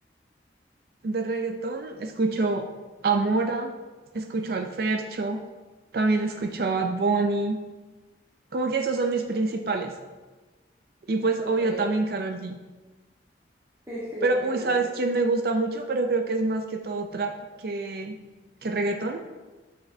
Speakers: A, on the right; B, on the right.
A: De reggaetón escucho a Mora, escucho al Fercho, también escucho a Bad Bunny. Como que esos son mis principales. Y pues,
B: Ok,
A: obvio, también Karol G.
B: sí, sí,
A: Pero,
B: obviamente.
A: uy, ¿sabes quién me gusta mucho? Pero creo que es más que todo trap que, que reggaetón.